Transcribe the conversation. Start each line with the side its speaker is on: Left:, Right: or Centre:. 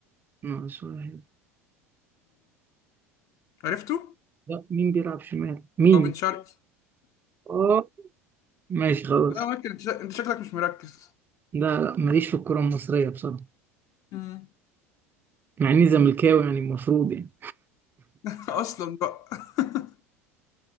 Right: ناقص واحد
Left: عرفته؟
Right: لا مين بيلعب شمال مين
Left: هو بن شرقي
Right: اه ماشي خلاص
Left: لا ممكن انت شا- انت شكلك مش مركز
Right: لا لا ماليش في الكرة المصرية بصراحة
Left: مم.
Right: مع اني زملكاوي يعني المفروض يعني
Left: <laughs> اصلا بقى <laughs>